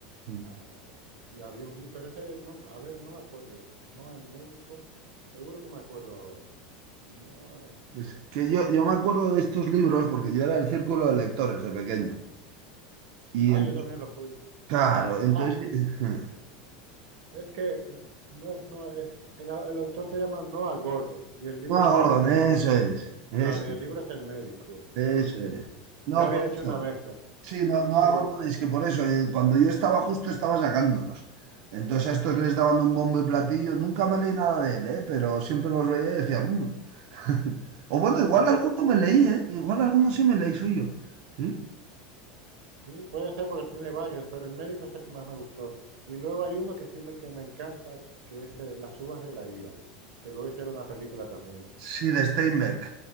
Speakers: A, on the right (about 55°); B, on the right (about 80°).
A: mm.
B: Ah, y había un... ni- Pero ese, no, a ver, no me acuerdo. eh, No el médico, seguro que me acuerdo ahora. No el médico,
A: Es que yo,
B: a ver.
A: yo me acuerdo de estos libros porque yo era del círculo de lectores de pequeño. Y
B: Ah,
A: entonces,
B: yo también lo fui.
A: claro, entonces.
B: Ah,
A: <laughs>
B: es que eh, no es, no es, el, au- el autor se llama Noah Gordon y el libro
A: No,
B: se llama
A: Gordon,
B: El médico.
A: eso es. Ese.
B: Claro, y el libro es El médico,
A: Eso
B: pero no,
A: es.
B: <laughs> yo,
A: eh, No,
B: yo había
A: por
B: hecho
A: eso.
B: una mezcla.
A: Sí, no, no
B: Sí,
A: hago Es que por eso, eh, cuando yo estaba justo estaba sacándolos. Entonces a estos les daban un bombo y platillo. Nunca me leí nada de él, ¿eh? Pero siempre los veía y decía, "Mm". <laughs> O bueno, igual
B: el
A: alguno
B: de,
A: me leí, ¿eh? Igual alguno sí me leí suyo. Sí,
B: Sí, puede ser porque tiene varios, pero el médico es el que más me gustó. Y luego hay uno que sí me, que me encanta, que es eh, Las uvas de la ira, que luego hicieron una película también,
A: sí, de Steinbeck.